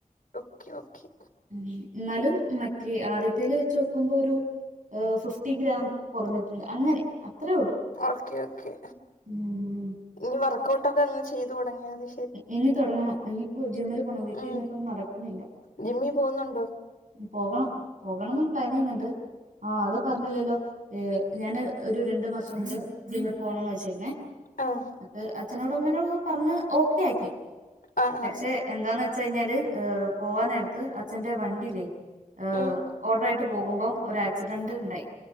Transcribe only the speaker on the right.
ഉ എന്നാലും മറ്റേ ആദ്യത്തേല് വെച്ച് നോക്കുമ്പോ ഒരു ഹ് ഫിഫ്റ്റി ഗ്രാം കൊറഞ്ഞിട്ടില്ല അങ്ങനെ അത്രേ ഉള്ളൂ
ഉം
ഇന്ന് തൊടങ്ങണം ഇഞ്ഞ്പ്പോ ജിമ്മില് പോണം വീട്ട്ല്ര്ന്ന്ട്ടൊന്നും
നടക്ക്ന്നില്ല.
പോകണം പോകണംന്ന് പ്ലാനെ യ്യ്ന്നുണ്ട് ആഹ് അത് പർഞ്ഞില്ലല്ലോ ഏഹ്. ഞാന് ഒരു രണ്ട് മാസം കൊണ്ട് ഇന്ന് പോണംന്ന് വെചേ ക്ക്ണെ.
ഹേ അച്ഛനോടും അമ്മനോടും പർഞ്ഞ് ഓക്കെ ആക്കി
പക്ഷെ
എന്താന്ന് വെച്ചയ്ഞ്ഞാൽ ഹ് പോവാൻ നേര്ത്ത് അച്ഛന്റെ വ ട്ടിലെ ഹ്
ഓർഡർ ആയിട്ട് പോക്മ്പോം ഒരാക്സിഡന്റ് ണ്ടായി.